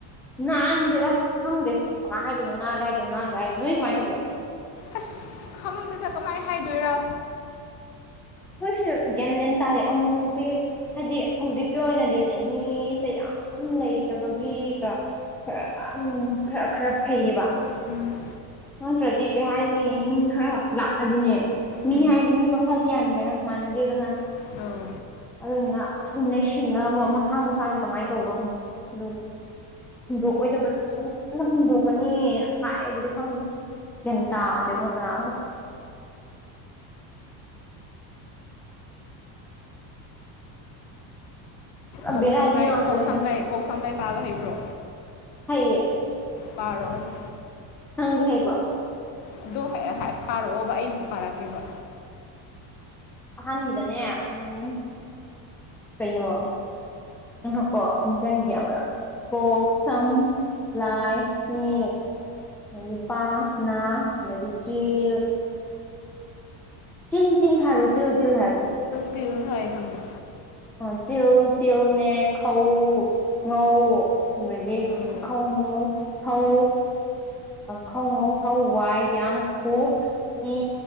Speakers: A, in the centre; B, on the left.
A: ꯅꯅꯥꯍꯥꯟꯟꯗꯦꯗ ꯈꯪꯗꯦ ꯀꯃꯥꯏꯅꯗꯣꯏꯅꯣ ꯅꯥꯗ ꯍꯥꯏꯗꯣꯏꯅꯣ ꯅꯍꯥꯟꯗ ꯍꯥꯏꯗꯣꯏꯅꯣ ꯅꯣꯏ ꯀꯃꯥꯏꯅ ꯇꯧꯒꯦ
B: ꯑꯁ ꯈꯃꯨꯡꯗꯨꯗ ꯀꯃꯥꯏꯅ ꯍꯥꯏꯗꯣꯏꯔ
A: ꯍꯣꯏꯁꯨ ꯒ꯭ꯌꯥꯟ ꯃꯦꯟ ꯇꯥꯔꯦ ꯑꯃꯨꯛꯃꯨꯛꯇꯤ ꯍꯥꯏꯗꯤ ꯍꯧꯖꯤꯛꯀꯤ ꯑꯣꯏꯅꯗꯤꯅꯦ ꯃꯤꯁꯦ ꯌꯥꯝ ꯌꯥꯝ ꯂꯩꯇꯕꯒꯤ ꯈꯔ ꯈꯔ ꯈꯔ ꯐꯩꯌꯦꯕ
B: ꯎꯝ
A: ꯅꯠꯇ꯭ꯔꯗꯤ ꯀꯩ ꯍꯥꯏꯥꯏꯅꯤ ꯃꯤ ꯈꯔ ꯂꯥꯛꯑꯗꯤꯅꯦ ꯃꯤ
B: ꯎꯝ
A: ꯍꯥꯏꯁꯤ ꯃꯤ ꯃꯈꯜꯒꯤ ꯌꯥꯝꯃꯤꯗꯅ ꯃꯥꯟꯅꯗꯦꯗꯅ
B: ꯑꯧ
A: ꯑꯗꯨꯗꯨꯅ ꯅꯩꯁꯤꯟꯅꯉ ꯃꯁꯥ ꯃꯁꯥꯁꯦ ꯀꯃꯥꯏꯅ ꯇꯧꯕꯪ ꯑꯗꯨ ꯍꯨꯟꯗꯣꯛꯑꯣꯏꯗꯕꯟꯅ ꯍꯨꯟꯗꯣꯛꯀꯅꯤ ꯍꯥꯏꯕꯗꯤ ꯐꯪꯗꯦ ꯆꯤꯡꯤꯟꯇꯥ ꯇ ꯃꯨ ꯀꯅꯥ ꯂꯣ ꯄꯨꯔꯥ
B: ꯀꯧ
A: ꯕꯦꯔꯥꯏ
B: ꯁꯝꯂꯥꯏ
A: ꯃꯤ ꯉꯥꯛꯇꯅꯤꯗ
B: ꯀꯧ ꯁꯝꯂꯥꯏ ꯀꯧꯁꯝꯂꯥꯏ ꯄꯥꯕ ꯍꯩꯕ꯭ꯔꯣ
A: ꯍꯌꯦ
B: ꯄꯥꯔꯣꯏꯅꯤ
A: ꯍꯪꯒꯦ ꯍꯩꯕ꯭ꯔꯣ
B: ꯑꯗꯨ ꯄꯥꯔꯛꯑꯣꯕ ꯑꯩ ꯑꯃꯨꯛ ꯄꯥꯔꯛꯀꯦꯕ
A: ꯑꯍꯥꯟꯕꯗꯅꯦ ꯎꯝ ꯀꯩꯅꯣ ꯎ ꯀꯣ ꯅꯤꯡ ꯆꯪꯒꯌꯥꯕ꯭ꯔꯣ ꯀ ꯁꯝ ꯂꯏ ꯃꯤ ꯃꯥ ꯄꯥ ꯅꯅꯥ ꯃꯥ ꯆꯤꯔ ꯆꯤꯟ ꯇꯤꯟ ꯍꯥꯏꯥꯕꯣ ꯆꯤꯜ ꯇꯤꯜ ꯍꯥꯕꯣ
B: ꯇꯤꯜ ꯍꯥꯏ ꯈꯪꯗꯦ
A: ꯆ ꯇꯧꯅꯦ ꯈꯥꯎ ꯉꯧ ꯑꯗꯨꯩꯗꯤ
B: ꯊꯧ
A: ꯈꯥꯎꯉꯧ ꯊꯧ ꯈꯧꯉꯧ ꯊꯧ ꯋꯥꯏ ꯌꯥꯡ ꯍꯨꯛ ꯏ